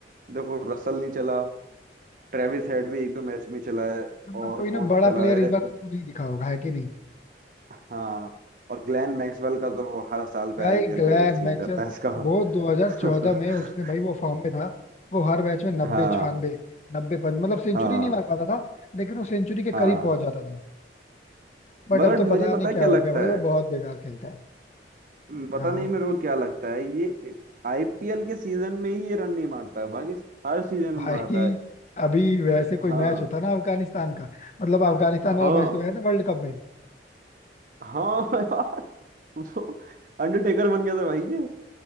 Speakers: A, on the right; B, on the left.
A: देखो रसल नहीं चला ट्रेविस हेड भी एक दो मैच में चला है
B: मतलब
A: और
B: कोई ना
A: कौन
B: बड़ा
A: नहीं चला
B: प्लेयर
A: है
B: इस बार तुमको नहीं दिखा होगा है कि नहीं
A: हाँ और ग्लेन मैक्सवेल का तो हर साल का
B: गाय
A: आईपीएल
B: ग्लैन
A: का यही सीन
B: मैक्सवेल
A: रहता है इसका
B: वो 2014
A: <laughs>
B: में उसने भाई वो फॉर्म में था वो हर मैच में नब्बे
A: हाँ
B: छियानवे नब्बे पर मतलब सेंचुरी
A: हाँ
B: नहीं मार पाता था लेकिन वो सेंचुरी के
A: हाँ
B: करीब पहुंच जाता था बट
A: मगर
B: अब तो
A: मुझे
B: पता
A: पता
B: नहीं
A: है
B: क्या
A: क्या लगता
B: हो गया भाई वो
A: है
B: बहुत बेकार खेलता है
A: हम्म, पता
B: हाँ
A: नहीं मेरे को क्या लगता है ये आईपीएल के सीजन में ही ये रन नहीं मारता है बाकी हर सीजन में
B: भाई
A: मारता है
B: अभी वैसे कोई
A: हाँ
B: मैच होता ना अफगानिस्तान का मतलब अफगानिस्तान वाला
A: हाँ
B: मैच तो गया था वर्ल्ड कप में
A: हाँ <laughs> यार वो अंडरटेकर बन गया था भाई ये